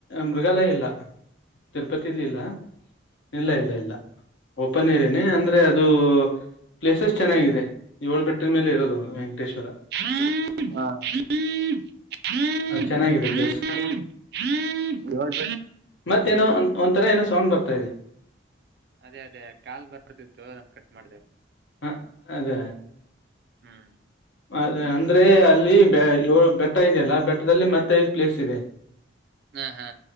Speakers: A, on the left; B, on the right.
A: ಮೃಗಾಲಯ ಇಲ್ಲ. ತಿರುಪತಿಲಿಲ್ಲ ಇಲ್ಲ ಇಲ್ಲ ಇಲ್ಲ. ಓಪನ್ ಏರಿಯಾನೇ ಅಂದ್ರೆ ಅದು ಪ್ಲೇಸಸ್ ಚೆನ್ನಾಗಿದೆ ಎಳ್ ಬೆಟ್ಟದ್ ಮೇಲೆ ಇರೋದು. ಟೇಶ್ವರ
B: ಹ್ಮ ಹ್ಮ <unintelligible>
A: ಚೆನ್ನಾಗಿದೆ ಪ್ಲೇಸ್ ಮತ್ತೇನೋ ಒಂಥರ ಏನೋ ಸೌಂಡ್ ಬರ್ತಾ ಇದೆ.
B: ಅದೇ ಅದೇ ಕಾಲ್ ಬರ್ತಿತ್ತು ಅದಕ್ ಕಟ್ ಮಾಡ್ದೆ.
A: ಹ ಅದೇ.
B: ಹ್ಞೂ
A: ಅ ಅಂದ್ರೆ ಅಲ್ಲಿ ಬೆ ಏಳ್ ಬೆಟ್ಟ ಇದೆಯಲ್ಲ ಬೆಟ್ಟದಲ್ಲಿ ಮತ್ತೆ ಐದ್ ಪ್ಲೇಸ್ ಇದೆ. <inaudible>
B: ಹ್ಮ ಹಾ